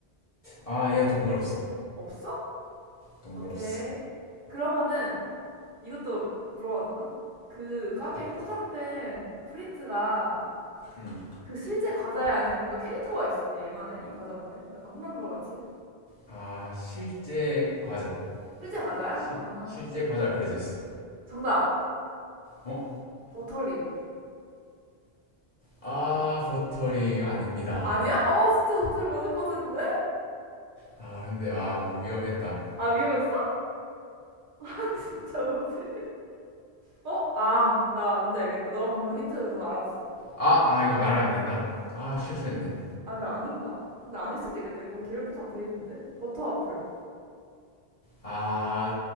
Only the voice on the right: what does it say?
없어?
오케이.
그러면은 이것도 물어봐도 되나? 그 과게
포장된 프린트가
그 실제 과자야 아니면 뭔가 캐릭터가 있어 얘만의 이 과자만의 약간 홈런버 같이
실제 과자야?
아
정답
버터링
아
아니야? 어 진짜 버터링 맞을 것 같은데?
아 위험했어? <laughs> 진짜 뭐지? 어아나 뭔지 알겠다 너가 방금 힌트 줘서 알았어
아 근데 아닌가? 근데 아닐 수도 있겠다 이건 개별 포장 돼 있는데 버터 와플